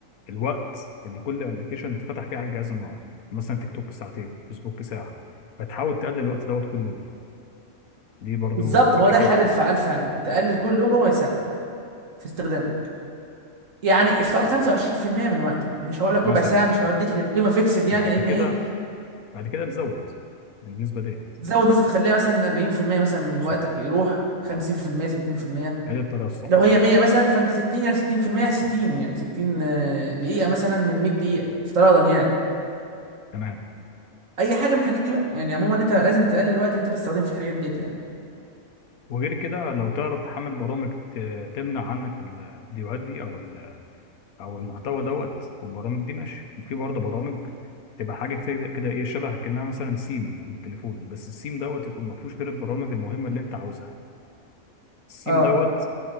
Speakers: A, on the left; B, on the right.
A: الوقت اللي كل ابلكيشن اتفتح فيه على الجهاز النهارده مثلا تيك توك ساعتين فيسبوك ساعه فتحاول تقلل الوقت دوت كل يوم دي برضو
B: بالظبط
A: فكره
B: هو ده
A: حلوه
B: الحل الفعال فعلا تقلل كل يوم ربع ساعه في استخدامك يعني افتراض 25% من وقتك مش هقول لك
A: مثلا
B: ربع ساعه
A: اه
B: مش هوديك قيمه فيكسد يعني
A: بعد
B: لان
A: كده
B: ايه
A: بعد كده تزود النسبه دي
B: تزود مثلا تخليها مثلا 40% مثلا من
A: صح
B: وقتك يروح 50% 60%
A: هي دي الطريقه الصح
B: لو هي 100 مثلا فانت 60 يعني 60% 60 يعني 60 آه، دقيقة مثلا من 100 دقيقة افتراضا يعني
A: تمام
B: اي حاجة من الحاجات دي بقى يعني عموما انت لازم تقلل الوقت اللي انت بتستخدم فيه الحاجات ديت يعني
A: وغير كده لو تعرف تحمل برامج ت- تمنع عنك الفيديوهات دي او ال- او المحتوى دوت والبرامج دي ماشي في برضه برامج تبقى حاجه كده كده ايه شبه كانها مثلا سيم للتليفون بس السيم دوت يكون ما فيهوش غير البرامج المهمه اللي انت عاوزها السيم
B: اه
A: دوت